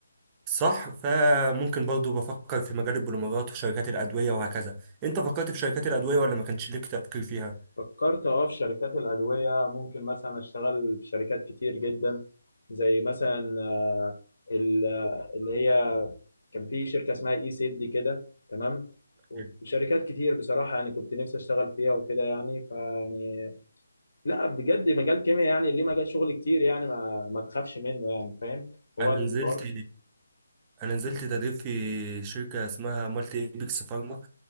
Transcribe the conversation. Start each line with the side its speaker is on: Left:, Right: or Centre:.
Right: صح فممكن برضو بفكر في مجال البوليمرات وشركات الأدوية وهكذا انت فكرت في شركات الأدوية ولا ما كانش ليك تفكير فيها؟
Left: فكرت اه في شركات الادويه ممكن مثلا اشتغل في شركات كتير جدا زي مثلا آه، ال- اللي هي كان في شركه اسمها اي سيد دي كده تمام
Right: <laughs>
Left: وشركات كتير بصراحه يعني كنت نفسي اشتغل فيها وكده يعني فيعني لا بجد مجال كيمياء يعني ليه مجال شغل كتير يعني ما ما تخافش منه يعني فاهم هو
Right: انا
Left: الحوار
Right: نزلت انا نزلت تدريب في شركه اسمها مالتي ايبكس فارما